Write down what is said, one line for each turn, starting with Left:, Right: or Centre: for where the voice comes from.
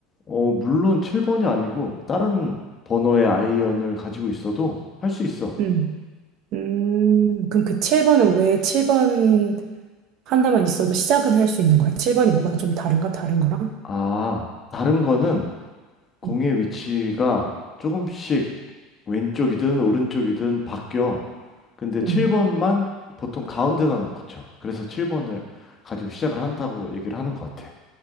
Left: 어, 물론 7번이 아니고, 다른 번호의 아이언을 가지고 있어도 할 수 있어.
Right: 음. 음, 그럼 그 7번은 왜 7번 하나만 있어도 시작은 할 수 있는 거야? 7번이 뭐가 좀 다른가? 다른 거랑?
Left: 아, 다른 거는 공의
Right: 음.
Left: 위치가 조금씩 왼쪽이든 오른쪽이든 바뀌어. 근데
Right: 음.
Left: 7번만 보통 가운데다 놓고 쳐. 그래서 7번을 가지고 시작을 한다고 얘기를 하는 것 같아.